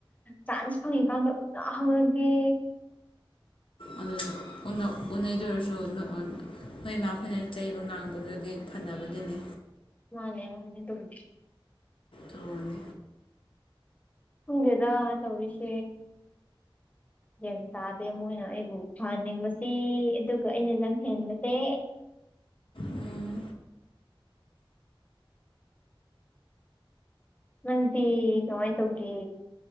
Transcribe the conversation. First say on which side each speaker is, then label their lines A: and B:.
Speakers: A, on the left; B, on the left.
A: ꯆꯥꯟꯁ ꯐꯪꯉꯤꯀꯥꯟꯗ ꯎꯅ ꯍꯧꯔꯒꯦ
B: ꯑꯗꯨ ꯎꯅ ꯎꯩꯗꯨ ꯑꯣꯏꯔꯁꯨ ꯅꯣꯏ ꯏꯃ ꯑꯩꯈꯣꯏꯅ ꯆꯩꯕ ꯉꯥꯡꯕꯗꯨꯒꯤ ꯐꯅꯕꯗꯤꯅꯤ
A: ꯃꯥꯅꯦ ꯃꯥꯅꯦ ꯔꯗꯤꯦ
B: ꯇꯅꯦ
A: ꯐꯪꯗꯦꯗ ꯇꯧꯔꯤꯁꯦ ꯒ꯭ꯟ ꯇꯥꯗꯦ ꯃꯣꯏꯅ ꯑꯩꯕꯨ ꯐꯍꯟꯅꯤꯡꯕꯁꯤ ꯑꯗꯨꯒ ꯑꯩꯅ ꯂꯝꯪꯍꯦꯟꯕꯁꯦ
B: ꯎꯝ
A: ꯅꯪꯗꯤ ꯀꯃꯥꯏꯅ ꯇꯧꯒꯦ